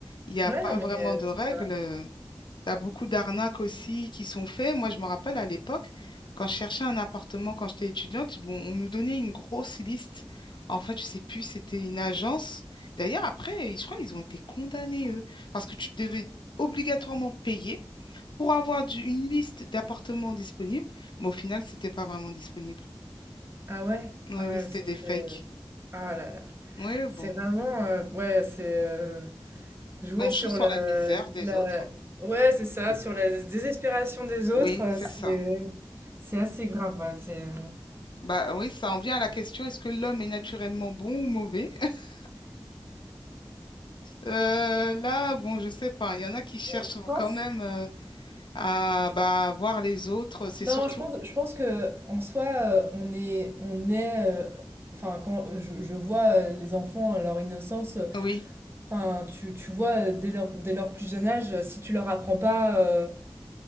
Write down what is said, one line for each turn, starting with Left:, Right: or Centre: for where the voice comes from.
Left: Il n'y a
Right: ouais,
Left: pas
Right: non, mais
Left: vraiment
Right: euh,
Left: de règles.
Right: c'est ça.
Left: euh. T'as beaucoup d'arnaques aussi qui sont faites. Moi, je me rappelle à l'époque, quand je cherchais un appartement quand j'étais étudiante, bon, on nous donnait une grosse liste. En fait, je sais plus, c'était une agence. D'ailleurs, après, je crois qu'ils ont été condamnés, eux, parce que tu devais obligatoirement payer pour avoir du- une liste d'appartements disponibles, mais au final, c'était pas vraiment disponible.
Right: Ah ouais,
Left: Oui,
Right: ah
Left: oui, c'était
Right: ouais, ça,
Left: des fakes.
Right: c'est... euh, Ah là là,
Left: Oui,
Right: c'est
Left: bon,
Right: vraiment... euh, ouais, c'est... euh, Jouer
Left: on joue
Right: sur
Left: sur
Right: la,
Left: la misère des
Right: la...
Left: autres.
Right: Ouais, c'est ça, sur la désespération des autres,
Left: Oui,
Right: euh,
Left: c'est ça.
Right: c'est c'est assez grave, ouais, c'est...
Left: Bah oui, ça en vient à la question, est-ce que l'homme est naturellement bon ou mauvais? <laughs> Euh, là, bon, je sais pas. Il y en a qui cherchent
Right: Je pense...
Left: quand même euh, à bah, voir les autres. C'est surtout,
Right: Non, je pense, je pense que en soi, euh, on est, on est, euh, enfin, quand je, je vois euh, les enfants, euh, leur innocence, euh,
Left: oui,
Right: enfin, tu, tu vois euh, dès leur, dès leur plus jeune âge, euh, si tu leur apprends pas euh,